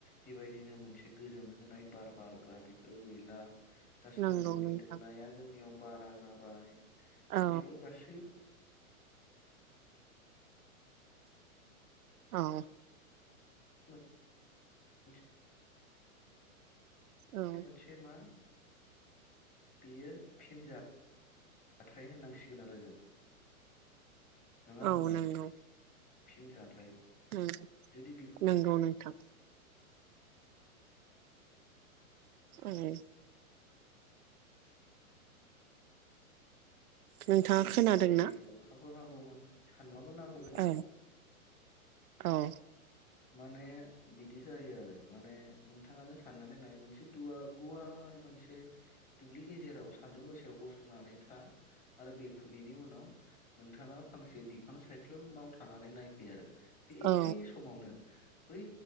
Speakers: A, on the left; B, on the right.
A: बेबायदिनो मोनसे गोजोन होनाय बार बारग्रा बेफोरो गैला दा सान्दुंनि
B: नंगौ नोंथां
A: दुंनाया जोंनियाव बारा जाबाय दा
B: औ
A: बेफोर गासै
B: औ
A: <unintelligible>
B: औ
A: बे मोनसे मा बियो फिनजा थाइ होननांसिगोन आरो जों नङा
B: औ
A: होमबा
B: नोंगौ
A: फिन जाथाय
B: उम
A: जुदि बिफां
B: नोंगौ नोंथां ओम नोंथाङा खोनादोंना?
A: गौबायदि अखाबो हागौमोन सान्दुआबो नांगौ बेलाय
B: औ औ
A: माने बिदि जायो आरो माने नोंथाङानो साननानै नाय मोनसे दुवा गुवार मोनसे दुब्लि गेजेराव सान्दुं गोसायाव गसंनानै था आरो बे बेनि उनाव नोंथाङा फांसे बिफां सायख्लुमाव थानानै नायफै आरो बे एखे
B: औ
A: समावनो बै